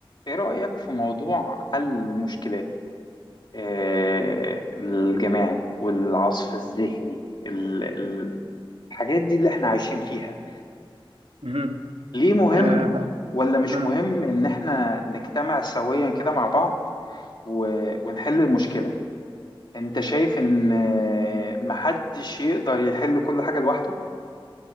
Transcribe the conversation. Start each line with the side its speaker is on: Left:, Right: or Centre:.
Left: ايه رأيك في موضوع حل المشكلات آه، الجماعي والعصف الذهني ال- ال- الحاجات دي اللي احنا عايشين فيها
Right: مهم.
Left: ليه مهم
Right: آه
Left: ولا مش
Right: أنا
Left: مهم ان احنا نجتمع سويا كده مع بعض و- ونحل المشكلة انت شايف ان آه، محدش يقدر يحل كل حاجة لوحده